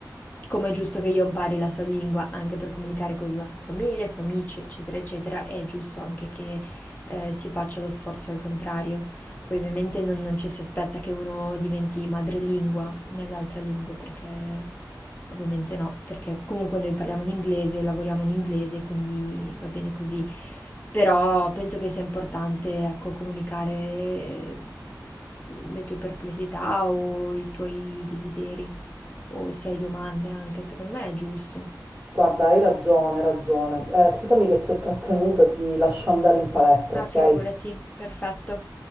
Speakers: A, on the left (about 20°); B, on the right (about 20°).
A: come è giusto che io impari la sua lingua anche per comunicare con la sua famiglia, i suoi amici, eccetera, eccetera, è giusto anche che eh, si faccia lo sforzo al contrario. Poi ovviamente non, non ci si aspetta che uno diventi madrelingua nell'altra lingua perché Ovviamente no, perché comunque noi parliamo in inglese, lavoriamo in inglese, quindi va bene così. Però penso che sia importante, ecco, comunicare mm, le tue perplessità o i tuoi desideri o se hai domande anche, secondo me è giusto.
B: Guarda, hai ragione, hai ragione. Eh, scusami che ti ho trattenuta, ti lascio andare in palestra,
A: Ma
B: ok?
A: figurati, perfetto.